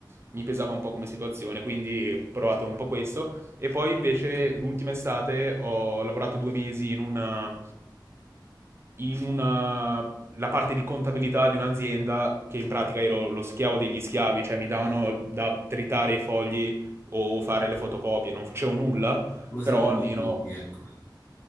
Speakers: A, on the right; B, on the left.
A: mi pesava un po' come situazione, quindi ho provato un po' questo. E poi invece l'ultima estate ho lavorato due mesi in una... in una... la parte di contabilità di un'azienda che in pratica ero lo schiavo degli schiavi, cioè mi davano da tritare i fogli o fare le fotocopie, non facevo nulla,
B: lo siamo
A: però
B: un
A: almeno
B: po' tutti, ecco.